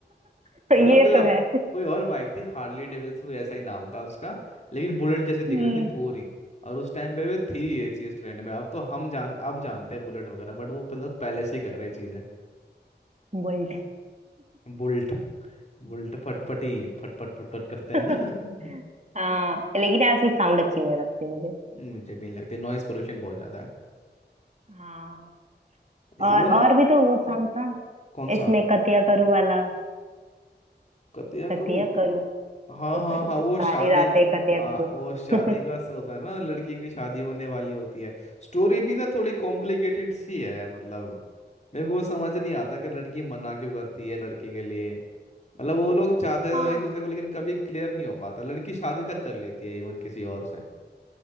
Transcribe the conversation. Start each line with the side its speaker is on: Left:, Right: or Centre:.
Right: <laughs> ये
Left: मतलब कोई और,
Right: तो है
Left: कोई और बाइक थी हार्ली डेविल्सन कोई ऐसा ही नाम था उसका लेकिन बुलेट जैसे दिख
Right: हम्म
Left: रही थी पूरी और उस टाइम पे भी थी ये चीज ट्रेंड में अब तो हम जान अब जानते हैं बुलेट वगैरह बट वो मतलब पहले से ही कर रहे चीजें
Right: बुलेट
Left: बुल्ट बुल्ट फटफटी फटफट फटफट करते
Right: <laughs>
Left: हैं ना <laughs>
Right: हाँ लेकिन यार उसकी साउंड अच्छी नहीं लगती मुझे
Left: मुझे भी नहीं लगती नॉइस पोल्यूशन बहुत ज्यादा
Right: हाँ
Left: है
Right: और
Left: इवन
Right: और भी तो वो सॉन्ग था
Left: कौन
Right: इसमें
Left: सा
Right: कतिया करूँ वाला
Left: कतिया
Right: कतिया
Left: करूँ
Right: करूँ क्यों
Left: हाँ हाँ
Right: करूँ
Left: हाँ वो
Right: सारी
Left: शादी
Right: रातें कतिया
Left: आ,
Right: करूँ
Left: वो शादी
Right: <laughs>
Left: का स- होता है ना लड़की की शादी होने वाली होती है स्टोरी भी ना थोड़ी कॉम्प्लिकेटेड सी है मतलब मेरे को समझ नहीं आता कि लड़की मना क्यों करती है लड़की के लिए मतलब वो लोग चाहते
Right: हाँ
Left: तो हैं एक दूसरे को लेकिन कभी क्लियर नहीं हो पाता लड़की शादी तक कर लेती है इवन किसी और से